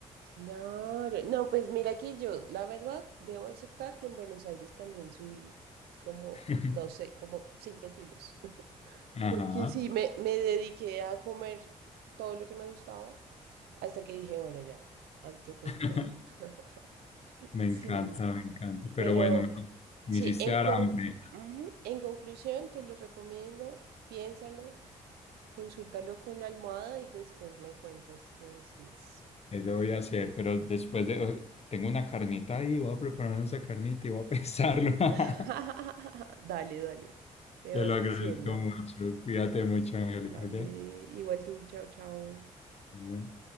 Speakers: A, on the right; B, on the left.
A: Claro, no, pues mira que yo, la verdad, debo aceptar que en Buenos Aires también subí como,
B: <laughs>
A: no sé, como cinco kilos, <laughs>
B: Ajá,
A: porque sí, me, me dediqué a comer todo lo que me gustaba hasta que dije, bueno, ya, autocontrol.
B: <laughs>
A: <laughs>
B: me
A: Sí,
B: encanta, me encanta, pero
A: pero
B: bueno, me, me
A: sí,
B: hiciste
A: en,
B: dar
A: con,
B: hambre.
A: ujú, en conclusión, te lo recomiendo, piénsalo, consúltalo con la almohada y después me cuentas qué decides.
B: Eso voy a hacer, pero después de... Tengo una carnita ahí, voy a preparar esa carnita y voy a pensarlo. <laughs>
A: <laughs> Dale, dale. Me
B: Te
A: vas
B: lo agradezco
A: diciendo.
B: mucho. Cuídate mucho, Angélica,
A: Vale.
B: ¿ok?
A: Igual tú, chao, chao.
B: Bueno.